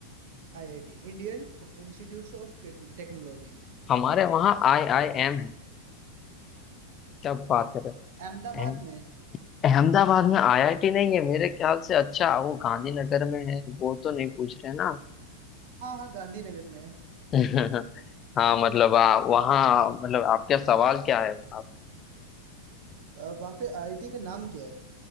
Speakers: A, on the right; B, on the left.
A: IIT Indian Institute of Technology
B: हमारे वहाँ आईआईएम है क्या बात कर रहे हो
A: Ahmedabad
B: अहम-
A: में
B: अहमदाबाद में आईआईटी नहीं है मेरे ख्याल से अच्छा वो गांधीनगर में है वो तो नहीं पूछ रहे ना
A: हाँ हाँ गांधीनगर में है
B: <laughs> हाँ मतलब आ, वहाँ मतलब आपका सवाल क्या है आप
A: अ, वहाँ पे आईआईटी का नाम क्या है